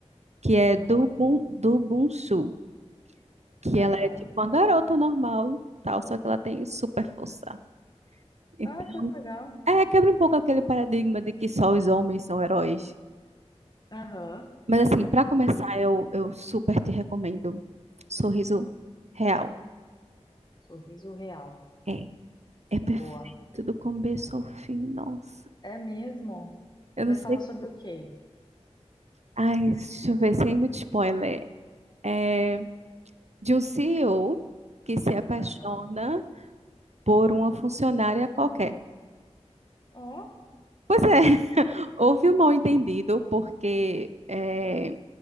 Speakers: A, on the right; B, on the left.
A: que é do,
B: Qual-
A: Bun- do Bunsu, que
B: Aham.
A: ela é tipo uma garota normal, e tal, só que ela tem super força. Então,
B: Ah, que legal.
A: É, quebra um pouco aquele paradigma de que só os homens são heróis.
B: Aham.
A: Mas assim, pra começar,
B: Muito
A: eu,
B: bom.
A: eu super te recomendo Sorriso Real.
B: Sorriso real.
A: É, é perfeito
B: Boa.
A: do começo ao fim, nossa.
B: É mesmo?
A: Eu
B: Mas
A: não sei.
B: fala sobre o quê?
A: Ai, deixa eu ver, sem muito spoiler. É de um CEO que se apaixona
B: Aham.
A: por uma funcionária qualquer.
B: Ó.
A: Pois é, <laughs> houve um mal-entendido porque eh,